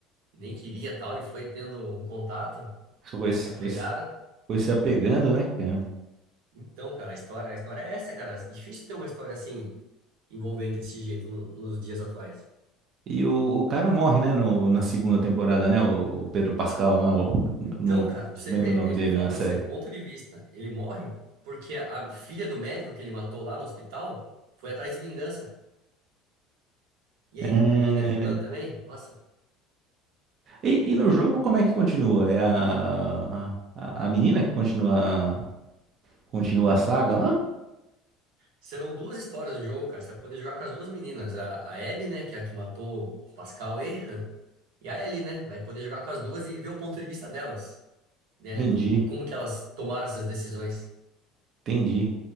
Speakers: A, on the right; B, on the right.
A: nem queria tal e foi tendo um contato,
B: Isso foi,
A: se
B: se-
A: apegaram.
B: foi, se- foi se apegando, né, cara?
A: Então, cara, a história, a história é essa, cara. É difícil ter uma história assim envolvente desse jeito no- nos dias atuais.
B: E o, o cara morre, né, no, na segunda temporada, né? O, o Pedro Pascal lá, o-
A: Então,
B: eu não
A: cara, pra você
B: lembro
A: ver,
B: o nome
A: é isso
B: dele
A: que eu falo
B: na
A: pra
B: série.
A: você, ponto de vista. Ele morre porque a filha do médico que ele matou lá no hospital foi atrás de vingança. E
B: É,
A: aí, a menina é vilã também? Nossa.
B: E, e no jogo como é que continua? É a, a, a menina que continua, continua a saga lá?
A: Serão duas histórias no jogo, cara. Você vai poder jogar com as duas meninas. A, a Abby, né, que é a que matou o Pascal aí. <laughs> E a Ellie, né? Vai poder jogar com as duas e ver o ponto de vista delas. né,
B: Entendi,
A: do como que elas tomaram essas decisões.
B: entendi.